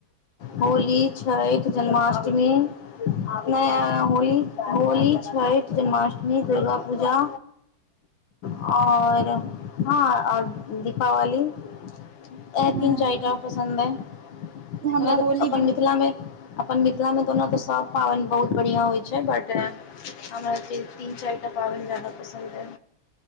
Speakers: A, on the left; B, on the right.
A: होली छैठ जन्माष्टमी नै होली होली छठि जन्माष्टमी दुर्गा पूजा आओर हँ आओर दीपावली एहा
B: ह
A: तीन चारि टा पसन्द अई
B: हमरा
A: ओनातऽ
B: होली
A: अपन
B: बिलकुल
A: मिथिलामे अपन मिथिलामे तऽ ओना तऽ सब पाबनि बहुत बढ़िआँ होइ छै बट हमरा जे तीन चारि टा पाबनि ज्यदा पसन्द अई